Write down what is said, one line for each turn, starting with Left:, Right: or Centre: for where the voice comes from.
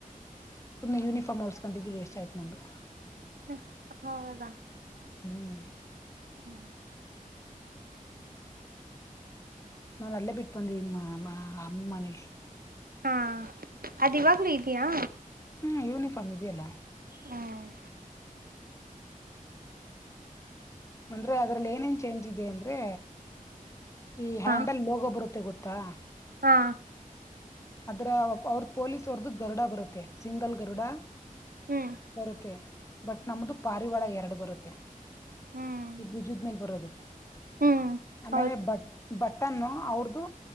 Left: ಸುಮ್ನೆ ಯೂನಿಫ್ ಒರ್ಸ್ ಗಂಟಿದಿದ್ದು ವೇಸ್ಟ್ ಆಯ್ತು ನಂದು.
Right: ಉಫ್ ಹೌದಾ.
Left: ಹ್ಮ್
Right: ಹ್ಮ್
Left: ನಾವು ಅಲ್ಲೇ ಬಿಟ್ಟು ಬಂದೀನಿಮಾ ಅಮ್ಮಾ ಅಮ್ಮನೇಶ್.
Right: ಹಾ ಅದ್ ಇವಾಗ್ಲೂ ಇದಿಯಾ.
Left: ಹ್ಮ್ ಯೂನಿಫಾರ್ಮ್ ಇದೆಯಲ್ಲ.
Right: ಹ್ಮ್.
Left: ಅಂದ್ರೆ ಅದ್ರಲ್ಲಿ ಏನೇನ್ ಚೇಂಜ್ ಇದೆ ಅಂದ್ರೆ. ಈ ಹ್ಯಾಂಡಲ್
Right: ಹಾ
Left: ಲೋಗೋ ಬರುತ್ತೆ. ತ್ತ ಗೊತ್ತಾ.
Right: ಹಾ
Left: ಅದ್ರ ಅವರದು ಪೋಲಿಸ್ ಅವರದು ಗರುಡ ಬರುತ್ತೆ ಸಿಂಗಲ್ ಗರುಡ.
Right: ಹ್ಮ್
Left: ಬರುತ್ತೆ. ಬಟ್ ನಮ್ದು ಪಾರಿವಾಳ ಎರಡು ಬರುತ್ತೆ
Right: ಹ್ಮ್
Left: ಈ ಬಜುದ್ ಮೇಲ್ ಬರೋದು.
Right: ಹ್ಮ್
Left: ಆಮೇಲೆ
Right: ಹೌದು
Left: ಬಟ್. ಬಟನ್ ಅವ್ರದು